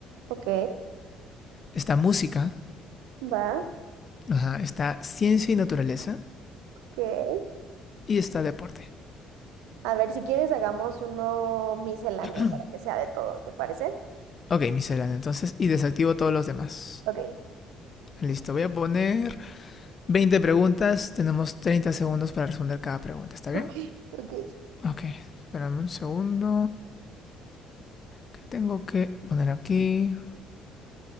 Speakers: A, on the right; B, on the left.
A: ok,
B: Está música,
A: va,
B: ajá, está ciencia y naturaleza
A: ok.
B: y está deporte.
A: A ver, si quieres, hagamos uno misceláneo
B: <clears throat>
A: para que sea de todo, ¿te parece?
B: Ok, miscelánea, entonces, y desactivo todos los demás.
A: Ok,
B: Listo, voy a poner 20 preguntas. Tenemos 30 segundos para responder cada pregunta, ¿está bien?
A: ok, ok.
B: Ok, espérame un segundo. ¿Qué tengo que poner aquí?